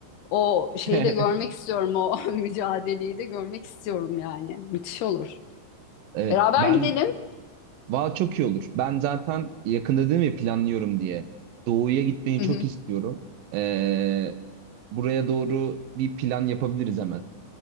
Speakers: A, on the left (about 70°); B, on the right (about 65°).
A: o şeyi de
B: <laughs>
A: görmek istiyorum. O <laughs> mücadeleyi de görmek istiyorum yani. Müthiş olur.
B: Evet.
A: Beraber
B: Ben
A: gidelim.
B: Valla çok iyi olur. Ben zaten yakında dedim ya planlıyorum diye. Doğu'ya gitmeyi
A: Hı
B: çok
A: hı.
B: istiyorum. Ee, buraya doğru bir plan yapabiliriz hemen.